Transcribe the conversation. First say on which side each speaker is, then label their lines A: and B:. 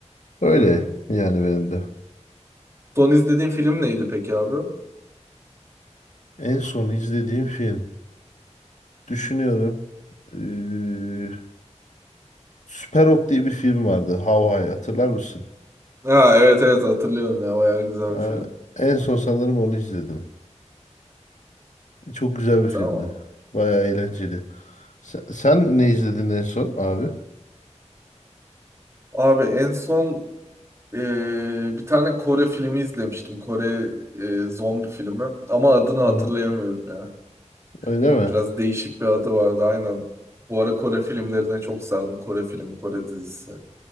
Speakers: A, on the left; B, on the right.
A: Öyle
B: hı.
A: yani benim de.
B: Son izlediğin film neydi peki abi?
A: En son izlediğim film. Düşünüyorum. Ee, Süper Ok diye bir film vardı. How High hatırlar mısın?
B: Ha evet evet hatırlıyorum ya bayağı güzel
A: Ha,
B: bir film.
A: en son sanırım onu izledim. Çok güzel bir
B: Tamam
A: filmdi.
B: abi.
A: Bayağı eğlenceli. Sen, sen ne izledin en son abi?
B: Abi en son e, bir tane Kore filmi izlemiştim. Kore e, zombi filmi. Ama adını hatırlayamıyorum
A: Hı hı.
B: ya.
A: Öyle mi?
B: Biraz değişik bir adı vardı aynen. Bu ara Kore filmlerine çok sardım. Kore filmi, Kore dizisi.